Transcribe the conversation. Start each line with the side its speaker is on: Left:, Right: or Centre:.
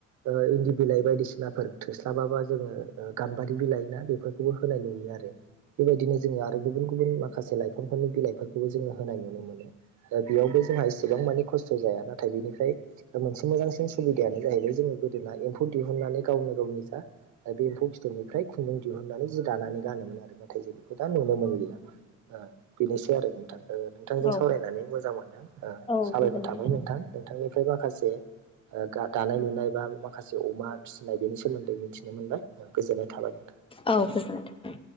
Right: ओ इन्दि बिलाइ बायदिसिनाफोर थोस्लाबाबा। जोङो गाम्बारि बिलाइ ना बेफोरखौबो होनाय नुयो आरो बेबायदिनो जोङो आरो गुबुन गुबुन माखासे लाइफांफोरनि बिलाइफोरखौ जोङो होनाय नुनो मोनो बेयावबो जों। जोंहा इसेबां मानि खस्थ' जाया नाथाय बेनिफ्राय मोनसे मोजांसिन सुबिदायानो जाहैबाय जोंनि गोदोना एमफौ। दिहुननानै गावनो गावनि जा बे एम्फौ फिथोबनिफ्राय खुन्दुं दिहुननानै जि दानानै गानोमोन आरो ना। नाथाय जों बेखौ दा नुनो मोनलिया बेनोसै आरो नोंथां। नोंथांजों
Left: औ
Right: सावरायनानै मोजां मोनदों
Left: औ
Right: साबायखर
Left: गोजोननाय
Right: थाबाय नोंथां नोंथांनिफ्राय माखासे। दानाय लुनाय बा माखासे अमा फिसिनाय बेनि सोमोन्दै। मिथिनो मोनबाय गोजोननाय थाबाय नोंथां।
Left: औ गोजोन थों।